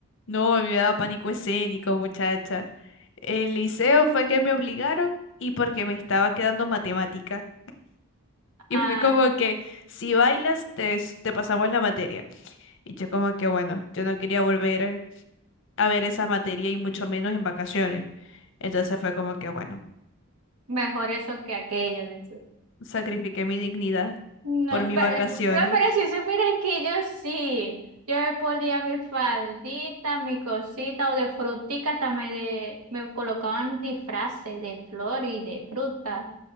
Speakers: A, on the left; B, on the right.
A: No, a mí me daba pánico escénico, muchacha. El liceo fue que me obligaron y porque me estaba quedando matemática. Y
B: Ah,
A: fue como que si bailas te, s- te pasamos la materia. Y yo como que bueno, yo no quería volver a ver esa materia y mucho menos en vacaciones. Entonces fue como que bueno.
B: mejor eso que aquello. dice.
A: Sacrifiqué mi dignidad
B: No,
A: por mis
B: pero,
A: vacaciones.
B: no, pero si supieras que yo sí. Yo me ponía mi faldita, mi cosita o de frutica, hasta me, de- me colocaban disfraces de flor y de fruta.